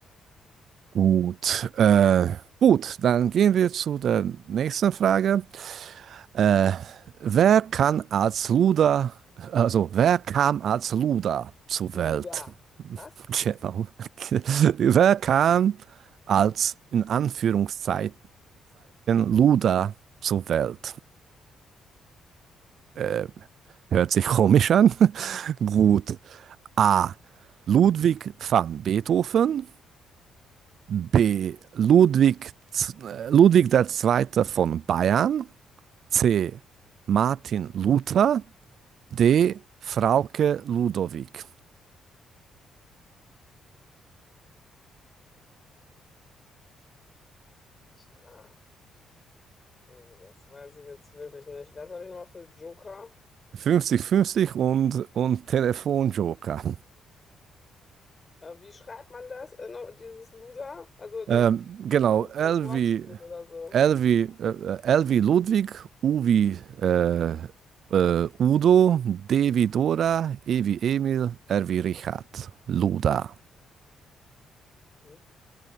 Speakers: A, on the right; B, on the left.
A: Gut, äh, gut, dann gehen wir zu der nächsten Frage. Äh, wer kann als Luda, also wer kam als Luda zur
B: Luda.
A: Welt? <laughs>
B: Was?
A: Genau. <laughs> Wer kam als in Anführungszeichen Luda zur Welt?
B: Hm?
A: Äh, hört sich komisch an. <laughs> Gut. A. Ludwig van Beethoven. B. Ludwig, äh, Ludwig der Zweite von Bayern. C. Martin Luther. D. Frauke Ludowig.
B: Tja, also das weiß ich jetzt wirklich nicht. Was habe ich nochmal für Joker?
A: Fünfzig, fünfzig und, und Telefonjoker.
B: Äh, wie schreibt man das, äh, noch, dieses Luda? Also, das,
A: Ähm, genau,
B: vielleicht ist
A: L
B: ja ein Wortspiel
A: wie,
B: oder so.
A: L wie, äh, L wie Ludwig, U wie äh, äh, Udo, D wie Dora, E wie Emil, R wie Richard. Luda.
B: Hm?